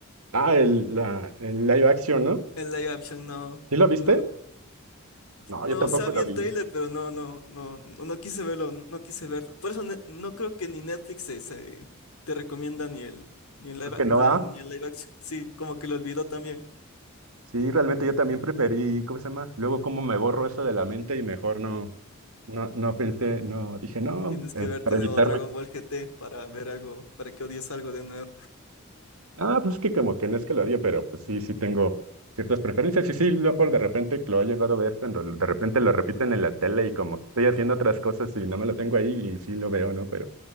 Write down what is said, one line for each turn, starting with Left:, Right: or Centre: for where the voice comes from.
Right: Ah, el, la, el live action, ¿no?
Left: el live action no,
Right: ¿Sí lo viste?
Left: no,
Right: No,
Left: no,
Right: yo tampoco
Left: o sea, vi
Right: lo
Left: el
Right: vi.
Left: trailer, pero no, no, no, no, no quise verlo, no, no quise verlo. Por eso ne- no creo que ni Netflix se, se- te recomienda ni el, ni el live,
Right: Creo que
Left: a-
Right: no,
Left: na-
Right: ah.
Left: ni el live action. Sí, como que lo olvidó también.
Right: Sí, realmente yo también preferí, ¿cómo se llama? Luego como me borro eso de la mente y mejor no, no, no pensé, no, dije no,
Left: Tienes
Right: eh,
Left: que verte
Right: para
Left: nuevo
Right: evitarme
Left: Dragon Ball GT para ver algo, para que odies algo de nuevo.
Right: Ah, pues es que como que no es que lo odie, pero pues sí, sí tengo ciertas preferencias. Y sí, loco, de repente lo he llegado a ver cuando de repente lo repiten en la tele y como que estoy haciendo otras cosas y no me lo tengo ahí y sí lo veo, ¿no? Pero